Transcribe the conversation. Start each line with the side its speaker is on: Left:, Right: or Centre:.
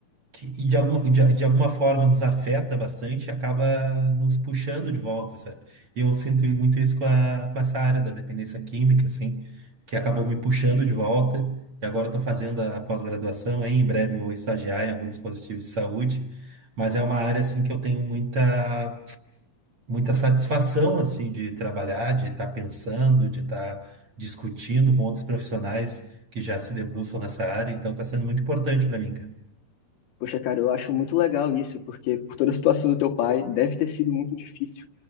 Right: que- e de, algum, de, de alguma forma nos afeta bastante, acaba nos puxando de volta, sabe? E eu sinto muito isso com, a, com essa área da dependência química, assim, que acabou me puxando de volta, e agora estou fazendo a pós-graduação, hein? Em breve vou estagiar em algum dispositivo de saúde, mas é uma área, assim, que eu tenho muita, muita satisfação, assim, de trabalhar, de estar pensando, de estar discutindo com outros profissionais que já se debruçam nessa área, então está sendo muito importante para mim, cara.
Left: Poxa, cara, eu acho muito legal isso, porque por toda a situação do teu pai, deve ter sido muito difícil,